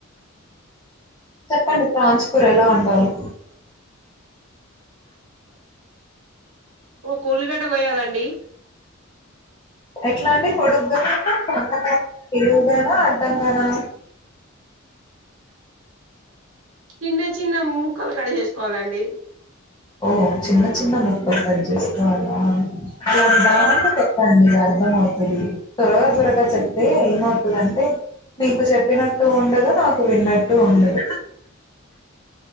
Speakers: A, on the left (about 20°); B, on the right (about 70°).
A: చెప్పండి ప్రాన్స్ కూర ఎలా ఉండాలో
B: ఒక ఉల్లిగడ్డ కొయ్యాలండి
A: ఎట్లా అండి పొడుగ్గానా సన్నగాన నిలువుగాన అ డ్డంగానా
B: చిన్న చిన్న ముక్కలు కడిగేసుకోవాలండి
A: ఓహో చిన్న చిన్న ముక్కలు కట్ చేసుకోవాలా అలా నిదానంగా చెప్పండి అర్థం అయితది త్వరగా త్వరగా చెప్తే ఏమవుతదంటే మీకు చెప్పినట్టు ఉండదు నాక్ విన్నట్టు ఉండదు